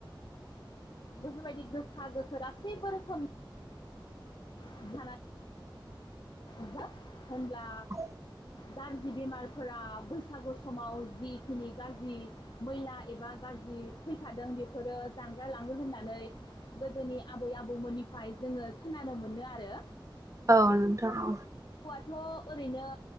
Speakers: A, on the left; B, on the right.
A: बेफोरबायदि गोखा गोखो गासैबो रोखोम खानानै ह <unintelligible> होनब्ला
B: औ
A: गाज्रि बेमारफोरा बैसागु समाव जिखिनि गाज्रि मैला एबा गाज्रि फैखादों बेफोरो जानगार लाङो होननानै गोदोनि आबै आबौ आबौमोननिफ्राय जोङो खोनानो मोनो आरो।
B: औ नोंथां औ।
A: थ' ओरैनो